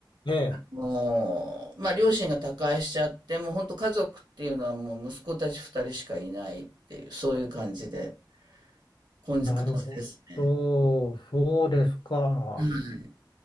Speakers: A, on the left; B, on the right.
A: ええ。
B: もう、まあ、両親が他界しちゃって、もう本当家族っていうのはもう息子たち二人しかいないっていう、そういう感じで、根付感じですね。
A: なるほど。そうですか。
B: はい。